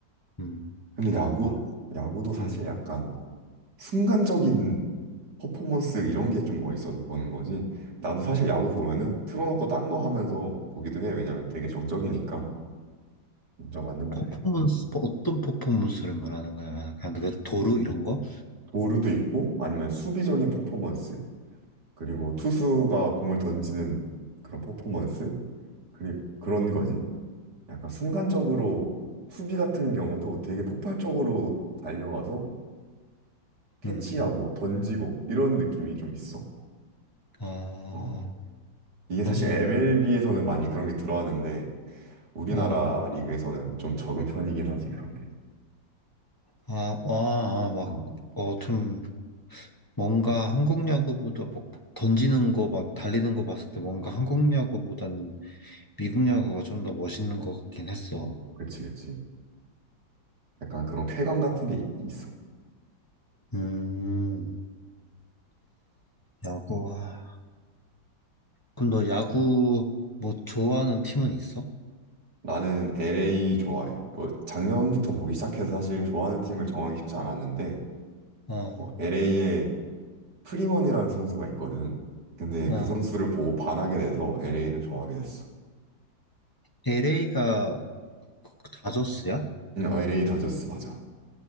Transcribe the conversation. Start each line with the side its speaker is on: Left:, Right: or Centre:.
Left: 음,
Right: 근데
Left: 잘
Right: 야구,
Left: 안 봐.
Right: 야구도 사실
Left: 음.
Right: 약간 순간적인 퍼포먼스 이런 게 좀 멋있어서 보는 거지. 나도 사실 야구 보면은 틀어놓고 딴 거 하면서 보기도 해. 왜냐면 되게 정적이니까. 진짜 맞는
Left: 퍼포먼스
Right: 말이야. 음.
Left: 뭐 어떤 퍼포먼스를 말하는 거야? 약간 그 도루 이런 거?
Right: 도루도 있고 아니면 수비적인 퍼포먼스 그리고 투수가 공을 던지는 그런 퍼포먼스 그리 그런 거지. 약간 순간적으로 수비 같은 경우도 되게 폭발적으로 달려가서 캐치하고
Left: 음.
Right: 던지고 이런 느낌이 좀 있어.
Left: 아,
Right: 어. 이게
Left: 그러면
Right: 사실 MLB에서는
Left: 어.
Right: 많이 그런 게 들어왔는데 우리나라
Left: 어,
Right: 리그에서는 좀 적은 편이긴 하지 그런 게.
Left: 아, 아, 아, 막,
Right: 음.
Left: 어, 좀, 뭔가 한국 야구보다 뭐 던지는 거 막 달리는 거 봤을 때 뭔가 한국 야구보다는 미국 야구가 좀 더 멋있는 것 같긴 했어.
Right: 어, 그치, 그치. 약간 그런 쾌감 같은 게 있- 있어.
Left: 음, 야구. 아, 그럼 너 야구 뭐 좋아하는 팀은 있어?
Right: 나는 LA 좋아해. 어, 작년부터 보기 시작해서 사실 좋아하는 팀을 정하기 쉽지 않았는데,
Left: 어,
Right: LA에 프리먼이라는 선수가 있거든. 근데
Left: 어.
Right: 그 선수를 보고 반하게 돼서 LA를 좋아하게 됐어.
Left: LA가 다저스야?
Right: 응, 어, LA 다저스 맞아.